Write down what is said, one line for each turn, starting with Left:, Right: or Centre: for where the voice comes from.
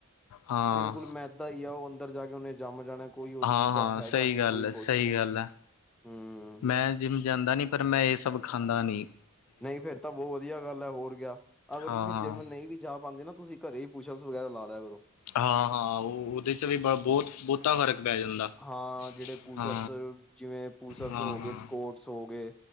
Left: ਹਾਂ
Centre: ਬਿਲਕੁਲ ਮੈਦਾ ਈ ਆ ਹੁਣ ਅੰਦਰ ਜਾ ਕੇ ਉਹਨੇ ਜੰਮ ਜਾਣਾ ਕੋਈ ਉਸ
Left: ਹਾਂ
Centre: ਚੀਜ਼ ਦਾ
Left: ਹਾਂ
Centre: ਫਾਇਦਾ
Left: ਸਹੀ
Centre: ਨੀ
Left: ਗੱਲ
Centre: ਕੋਈ
Left: ਹੈ
Centre: ਕੁਛ
Left: ਸਹੀ
Centre: ਨੀ
Left: ਗੱਲ ਹੈ
Centre: ਹੂੰ।
Left: ਮੈਂ ਜਿੰਮ ਜਾਂਦਾ ਨਈ ਪਰ ਮੈਂ ਇਹ ਸਭ ਖਾਂਦਾ ਨਈ।
Centre: ਨਈ ਫਿਰ ਤਾਂ ਬੋ ਵਧੀਆ ਗੱਲ ਆ ਹੋਰ ਕਿਆ ਅਗਰ
Left: ਹਾਂ
Centre: ਤੁਸੀਂ
Left: ਹਾਂ
Centre: ਜਿੰਮ ਨਈ ਵੀ ਜਾ ਪਾਂਦੇ ਨਾ ਤੁਸੀਂ ਘਰੇ ਹੀ ਪੁਸ਼ਸਪ ਵਗੈਰਾ ਲਾ ਲਿਆ ਕਰੋ।
Left: ਹਾਂ-ਹਾਂ ਓ ਉਹਦੇ 'ਚ ਵੀ ਬ ਬੋਤ ਬੋਤਾ ਫ਼ਰਕ ਪੈ ਜਾਂਦਾ।
Centre: ਹਾਂ ਜਿਹੜੇ ਪੂਸ਼ਪਸ
Left: ਹਾਂ
Centre: ਜਿਵੇਂ ਪੂਸ਼ਪ
Left: ਹਾਂ
Centre: ਹੋ
Left: ਹਾਂ
Centre: ਗਏ ਸਕੋਟ ਸੋ ਹੋ ਗਏ